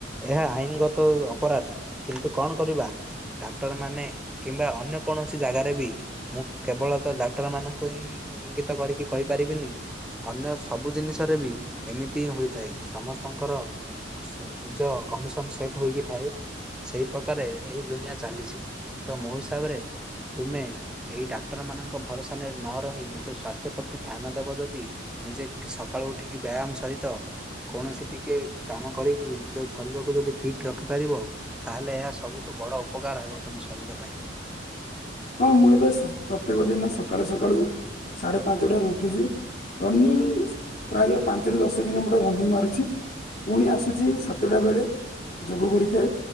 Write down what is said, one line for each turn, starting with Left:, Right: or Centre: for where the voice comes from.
Centre: ଏହା ଆଇନଗତ ଅପରାଧ କିନ୍ତୁ କଣ କରିବା। ଡାକ୍ଟରମାନେ କିମ୍ବା ଅନ୍ୟ କୌଣସି ଜାଗାରେ ବି ମୁଁ କେବଳ ତ ରଡାକ୍ଟରମାନଙ୍କୁ ହିଁ ଇଙ୍ଗିତ କରିକି କହିପାରିବିନି ଅନ୍ୟ ସବୁ ଜିନିଷରେ ବି ଏମିତି ହିଁ ହୋଇଥାଏ ସମସ୍ତଙ୍କର ଖୁସ୍ ନିଜ କମିଶନ ସେଟ୍ ହୋଇକି ଥାଏ। ସେଇ ପ୍ରକାରେ ଏହି ଦୁନିଆ ଚାଲିଛି ତ ମୋ ହିସାବରେ ତୁମେ ଏଇ ଡାକ୍ଟର ମାନଙ୍କ ଭରସାନେ ନ ରହିଁ ନିଜ ସ୍ୱାସ୍ଥ୍ୟ ପ୍ରତି ଧ୍ୟାନ ଦେବ ଯଦି ନିଜେକ୍ ସକାଳୁ ଉଠିକି ବ୍ୟାୟାମ ସହିତ କୌଣସି ଟିକେ କାମ କରିକି ନିଜ ଶରୀରକୁ ଯଦି ଫିଟ ରଖିପାରିବ ତାହେଲେ ଏହା ସବୁଠୁ ବଡ଼ ଉପକାର ହେବ। ତୁମ ଶରୀର ପାଇଁ।
Left: ହଁ ମୁଁ ଏବେ ସକ୍ ପ୍ରତ୍ୟେକ ଦିନ ସକ୍ ସକାଳୁ ସକାଳୁ ସାଢେ ପାଞ୍ଚଟାରୁ ଉଠୁଚି। ରନିଂ ପ୍ରାୟ ପାଞ୍ଚରୁ ଦଶ କିଲୋମିଟର ରନିଂ ମାରୁଛି। ପୁଣି ଆସୁଛି ସାତଟା ବେଳେ ଯୋଗ କରିଥାଏ